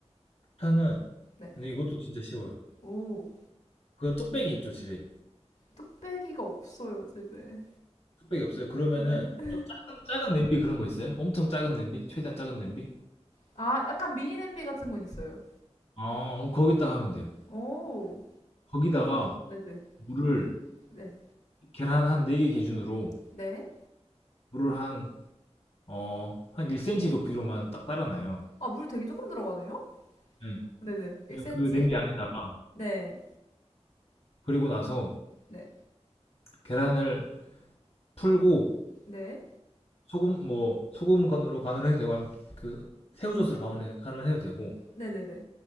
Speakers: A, on the left (about 55°); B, on the left (about 85°).
A: 일단은
B: 네.
A: 근데 이것도 진짜 쉬워요.
B: 오,
A: 그 뚝배기 있죠, 집에.
B: 뚝배기가 없어요, 집에.
A: 뚝배기 없어요. 그러면은
B: 네.
A: 좀 작은 작은 냄비 그런 거 있어요? 엄청 작은 냄비? 최대한 작은 냄비?
B: 아, 약간 미니 냄비 같은 건 있어요.
A: 아, 그럼 거기다가 하면 돼요.
B: 오,
A: 거기다가
B: 네네.
A: 물을
B: 네.
A: 계란 한 4개 기준으로
B: 네.
A: 물을 한 어, 한 1cm 높이로만 딱 따라놔요.
B: 아, 물 되게 조금 들어가네요?
A: 네.
B: 네네. 1cm.
A: 그냥 그 냄비 안에다가
B: 네.
A: 그리고 나서
B: 네.
A: 계란을 풀고
B: 네.
A: 소금 뭐 소금 간으로 간을 해도 되고 아니면 그 새우젓으로 간을, 간을 해도 되고
B: 네네네.